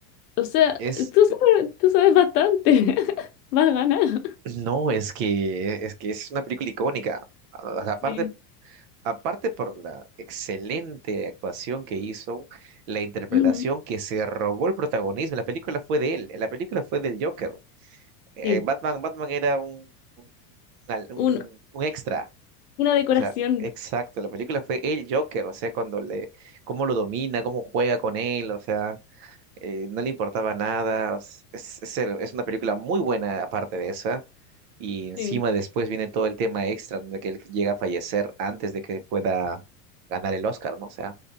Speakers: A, on the left; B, on the right.
A: o sea,
B: es
A: tú sabes, tú sabes bastante. <laughs> Vas a ganar.
B: No, es que es que es una película icónica. O sea, Aparte,
A: Sí.
B: aparte por la excelente actuación que hizo, la interpretación
A: Ujú,
B: que se robó el protagonismo. La película fue de él, la película fue del Joker. Eh,
A: Sí.
B: Batman, Batman era un, un, al- un-
A: Un-
B: un extra.
A: una decoración.
B: O sea, exacto, la película fue el Joker. O sea, cuando le, cómo lo domina, cómo juega con él, o sea, eh, no le importaba nada. Es, es es una película muy buena aparte de esa. Y encima
A: Sí.
B: después viene todo el tema extra donde que él llega a fallecer antes de que pueda ganar el Oscar, ¿no? O sea,